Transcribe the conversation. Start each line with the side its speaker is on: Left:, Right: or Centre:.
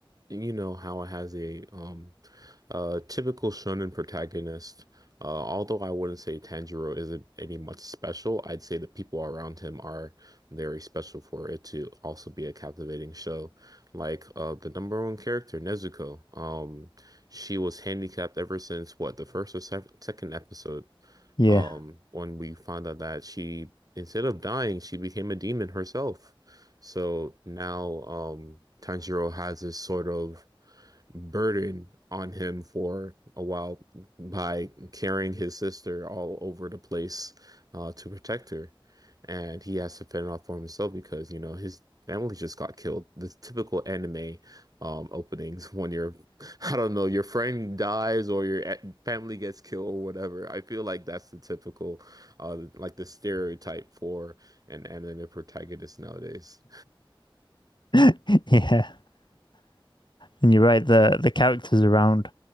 Right: you know how it has a um uh, typical shonen protagonist. Uh, although I wouldn't say Tanjiro isn't any much special, I'd say the people around him are very special for it to also be a captivating show. Like uh, the number one character, Nezuko. Um, she was handicapped ever since what the first or sec second episode.
Left: Yeah,
Right: Um, when we found out that she, instead of dying, she became a demon herself. So now, um, Tanjiro has this sort of burden on him for a while by carrying his sister all over the place uh, to protect her. And he has to fend off for himself because, you know, his family just got killed. The typical anime um, openings <laughs> when your, I don't know, your friend dies or your a- family gets killed or whatever. I feel like that's the typical, uh, like the stereotype for an anime protagonist nowadays.
Left: <laughs> yeah. And you're right. The the characters around,